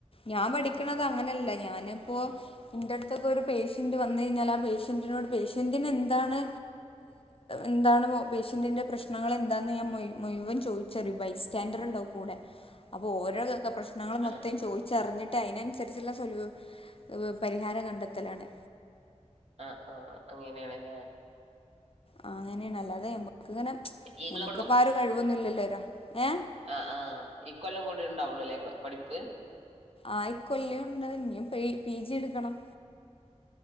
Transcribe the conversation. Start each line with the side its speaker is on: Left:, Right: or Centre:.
Left: ഞാൻ പഠിക്കണത് അങ്ങനെല്ല ഞാനിപ്പോ ന്റെ അടുത്തൊക്കെ ഒരു പേഷ്യന്റ് വന്ന് കഴിഞ്ഞാല് ആ പേ ഷ്യന്റിനോട് പേഷ്യന്റിനെന്താണ് എന്താണ് പേഷ്യന്റിന്റെ പ്രശ്നങ്ങൾ എന്താന്ന് ഞാൻ മോയി മുഴുവൻ ചോയിച്ചറിയും ബൈസ്റ്റാൻഡർണ്ടാവും കൂടെ അപ്പൊ ഓരോ പ്രശ്നങ്ങള്
Right: ആ
Left: മൊത്തം ചോയിച്ചറഞ്ഞിട്ട് അയിനന്സരി ച്ച്ള്ള സൊലൂ പരിഹാരം കണ്ടെത്തലാണ്.
Right: ആ ആ അങ്ങേനാണ് ലേ.
Left: ആ അങ്ങനെണ് അല്ലാതെ ഞമ്മക്ക്ങ്ങനെ
Right: ഈ
Left: ഞമ്മക്കിപ്പ
Right: കൊല്ലം
Left: ആ ഒരു കഴിവൊന്നുല്ലല്ലോ ഏ
Right: ആ ആ ഈ കൊല്ലം കൂടി ണ്ടാവുള്ളൂല്ലേ പ പഠിപ്പ്
Left: ആ ഇകൊല്ലുണ്ട് ഇനിയും പെ പി ജി എടുക്കണം.